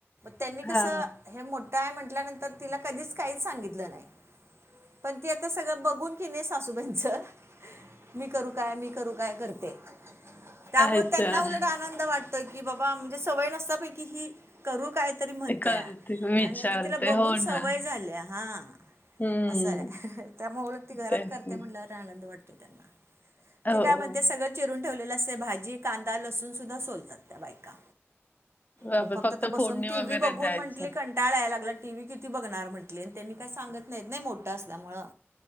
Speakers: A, on the right (about 60°); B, on the left (about 35°).
A: त्यांनी
B: हा
A: कसं काय म्हटल्यानंतर तिला कधीच काहीच सांगितलं नाही, पण ती आता सगळं बघून कि नाही सासूबांईंचं, मी करू काय मी करू काय करते. त्यामुळे
B: हा अच्छा
A: त्यांना उलट आनंद वाटतो की बाबा, म्हणजे सवय नसता पैकी ही करू काय तरी म्हणत्या,
B: करते विचारते
A: आणि आता तिला बघून
B: हो ना
A: सवय झाल्या,, हा.
B: हम्म
A: असं आहे, त्यामुळे ती घरात
B: तेच
A: करते
B: ना
A: म्हणल्यावर आनंद वाटतो त्यांना. ती
B: हो
A: काय म्हणते,
B: हो
A: सगळं चिरून ठेवलेलं असतय, भाजी कांदा लसूण सुद्धा सोलतात त्या बायका.
B: बापरे
A: मग फक्त आता बसून,
B: फोडणी
A: टीव्ही
B: वगैरे
A: बघून
B: द्यायचं
A: म्हटली कं टाळायला लागला, टी व्ही किती बघणार म्हंटले आणि त्यांनी काय सांगत नाहीत नाही मोठं असल्यामुळं.